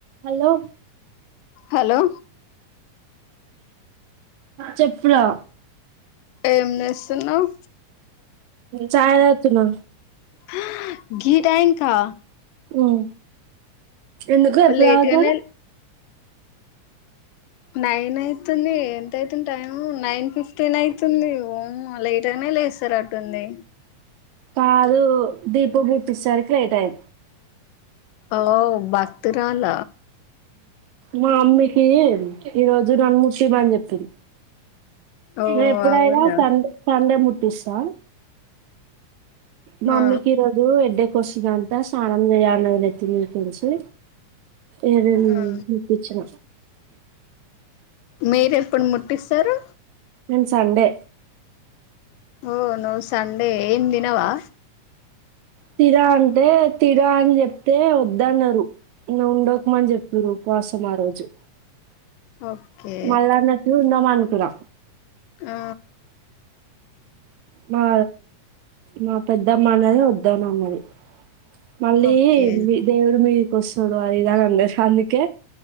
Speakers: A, on the right; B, on the left.
A: Hello
B: hello
A: చెప్పురా
B: ఏం చేస్తున్నావ్
A: చయ తగుతున్నా
B: హా గీ టైం కా
A: ఉం ఎందుకు ఎప్పుడు
B: లేట్
A: తాగుతారు
B: గానే నైన్ అయితుంది ఎంత అయితుంది టైమ్ నైన్ ఫిఫ్టీన్ అయితుంది ఓమ్మో లేట్ అయిన లేస్తారటుంది
A: కాదు దీపమ్ముటిసరికి లెట్ అయి
B: ఒ బక్తరాల
A: మా అమ్మికి ఈరోజు నన్ను ముట్టియని చెప్పింది
B: ఓ
A: నె ఎప్పుడైనా
B: అవునా
A: సండే సండే ముట్టిస్తా మమ్మకి
B: ఆ
A: ఈ రోజు ఎడ్డె కొస్తుందంట స్నానం చేయ్య అన్నది నెత్తి మీదికెళ్లి ఎగ నేన్
B: ఆ
A: ముట్టిచ్చిన
B: మీరెప్పుడు ముట్టిస్తారు
A: నేన్ సండే
B: ఓ నువ్ సండే ఏం దినవా
A: తిన అంటే తిన అని చెప్తే వొద్దన్నారు ఇంగా ఉండకుమని చెప్పిర్రు ఉపవాసం ఆ రోజు
B: ఓకే
A: మళ్ళా అన్నట్లు ఉందాం అనుకున్నా
B: ఆ
A: మా మా పెద్దమ్మ అన్నది వద్దనన్నది మళ్ళీ
B: ఓకే
A: మీ దేవుడు మీదికొస్తాడు అది ఇదాన్నది అందుకే